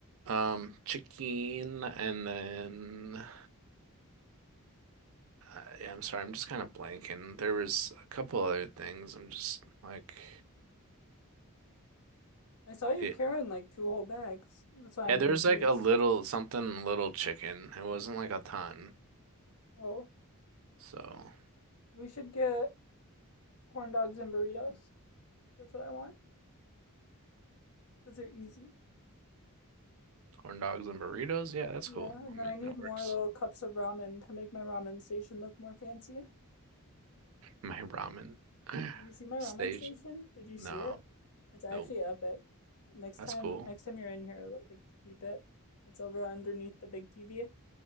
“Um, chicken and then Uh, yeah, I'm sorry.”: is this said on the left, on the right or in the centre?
Right